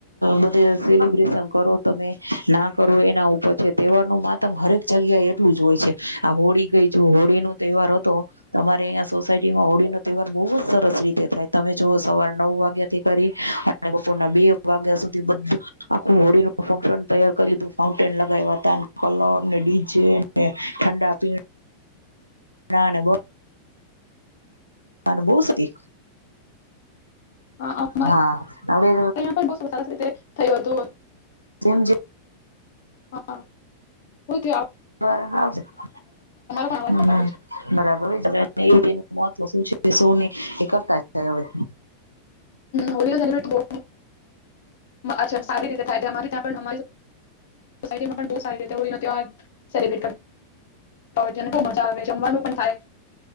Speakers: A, on the right; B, on the left.
A: <inaudible> બધે સેલિબ્રેશન કરો તમે ના કરો એના ઉપર છે, તહેવારનું માતમ હરેક જગ્યા એટલું જ હોય છે. આ હોળી ગઈ જો હોળીનું તહેવાર હતો તમારે અં સોસાયટીમાં હોળીનો તહેવાર બહુ જ સરસ રીતે થાય, તમે જુઓ સવારના નવ વાગ્યાથી કરી અને બપોરના બે વાગ્યા સુધી બધુ આખું હોળીનું ફશન તૈયાર કરું ફાઉન્ટેન લગાવ હતા કલર ને ડીજે ને ઠંડા પીણા ના <inaudible> <inaudible>
B: અહીંયા
A: હા હવે
B: પણ બહુ સરસ રીતે થયું હતું.
A: <unintelligible>
B: હ <inaudible>
A: <unintelligible>
B: પણ અવાજ કપાતો છે
A: બરાબર <unintelligible> એ કરતા છે હવે
B: હોલી નો સેલિબ્રેટ બો <inaudible> સારી રીતે થાય અમારી ત્યાં <inaudible> સોસાયટી માં પણ બો સારી રીતે હોડી નો ત્યોહાર સેલિબ્રિટ બો મજા આવે જમવાનું પણ થાય